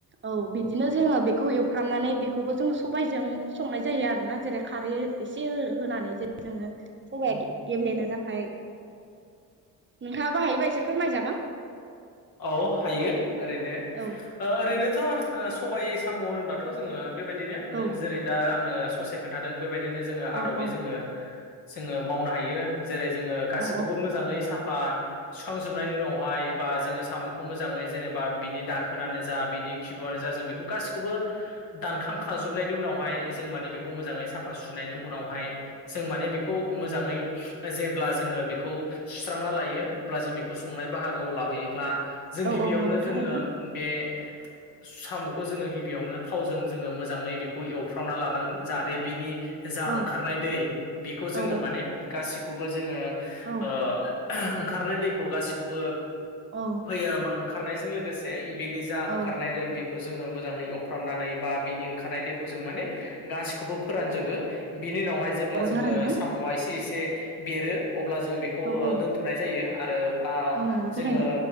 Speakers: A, on the right; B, on the left.
A: औ बिदिनो जोङो बेखौ एवफ्रामनानै बेखौबो जोङो सबायजों संनाय जायो आरो। ना जेरै खारै एसे होनानै जे जोङो सबाया
B: औ
A: गेब्लेनो थाख फाय नोंथाङाबो हायोबा एसे फोरमायजागोन।
B: औ हायो ओरैनो
A: औ
B: ओरैनोथ'
A: औ
B: सबाय साम' होनोबा थ' जोङो बेबायदिनो नों
A: औ
B: जेरै दा आंनो ससे खोन्थादों बेबायद दिनो जोंङो
A: औ
B: आदबै
A: औ
B: जोङो जोङो मावनो हायो जेरै जोङो गासिखौबो
A: औ
B: मोजाङै साफ बा सुखांजोबनायनि उनावहाय बा जोङो साम'खौ मोजाङै जेनेबा बिनि दाखोनानो जा बिनि खिब'आनो जा जों बेखौ गासिखौबो दानखां खाजोबनायनि उनावहाय जों माने बेखौ मोजाङै साफा सुनायनि उनावहाय जों माने बेखौ मोजाङै जेब्ला जोङो बेखौ सुस्रांना लायो अब्ला जों बेखौ संनाय बाहागोआव लाबोयोब्ला
A: औ
B: जों गिबियावनो
A: औ नंगौ थारैनो
B: जोङो बे साम'खौ जोङो गिबियावनो थावजों जोङो मोजाङै बेखौ एवफ्रावना लानांगोन जाहाथे बिनि जा
A: औ
B: ओंखारनाय दै बेखौ जोङो
A: औ
B: माने गासिखौबो जोङो
A: औ
B: ओंखारनाय दैखौ गासिखौबो
A: औ
B: फैयो ओंखारनायजों लोगोसे बिनि जा
A: औ
B: ओंखारनाय दोनदि जोङो मोजाङै एवफ्रामनानै बा बिनि ओंखारनाय दैखौ जों माने गासिखौबो फोरानजोबो बिनि उनावहाय जेब्ला
A: नंगौ
B: जोङो
A: थारैनो
B: साम'आ एसे एसे बेरो अब्ला जोङो बेखौ
A: औ औ
B: हुरनाय जायो आरो बा
A: औ नंगौ थारैनो
B: जोङो